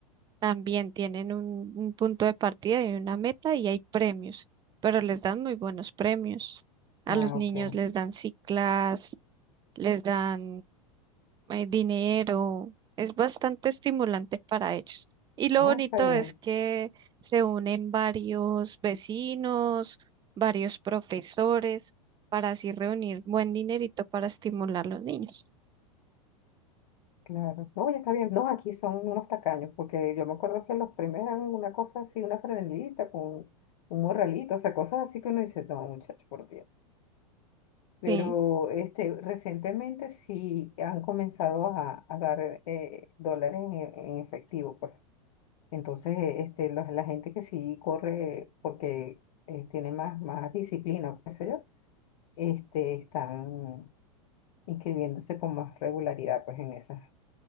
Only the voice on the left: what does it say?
Ah,
ok.
Ah,
está bien,
claro. No, ya está bien. No, aquí son unos tacaños, porque yo me acuerdo que los primeros eran una cosa así, una franelita con un morralito, o sea, cosas así que uno dice, no, muchacho, por Dios. Pero
este, recientemente sí han comenzado a, a dar eh, dólares en, en efectivo, pues. Entonces, eh, este, los- la gente que sí corre porque eh, tiene más, más disciplina, o qué sé yo, este, están inscribiéndose con más regularidad pues en esas.